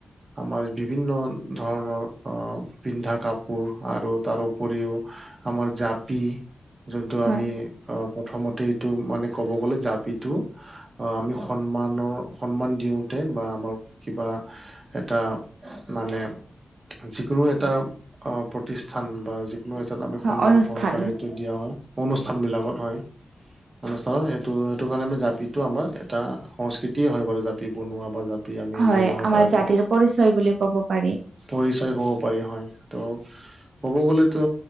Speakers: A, on the right (about 40°); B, on the right (about 80°).
A: আমাৰ বিভিন্ন ধৰণৰ অ পিন্ধা কাপ- কাপোৰ আৰু তাৰ উপৰিও আমাৰ জাপি যোনটো,
B: হয়
A: আমি অ প্ৰথমতে এইটো মানে ক'ব গ'লে জাপিটো আহ আমি সন্মানৰ সন্মান দিওঁতে বা আমাক কিবা এটা মানে যিকোনো এটা প্ৰতিষ্ঠান বা যিকোনো এটাত আমি
B: হয়
A: সন্মান
B: অনুষ্ঠান
A: সহকাৰে এইটো দিয়া হয়। অনুষ্ঠানবিলাকত হয়। অনুষ্ঠানৰ এইটো সেইটো কাৰণে আমি জাপি আমাৰ এটা সংস্কৃতিয়ে হয় বাৰু জাপি বনোৱা বা জাপি আমি
B: হয়
A: ব্যৱহাৰ
B: আমাৰ
A: কৰাটো
B: জাতিৰ পৰিচয় বুলি ক'ব পাৰি।
A: পৰিচয় ক'ব পাৰি হয়। ক'ব গ'লেতো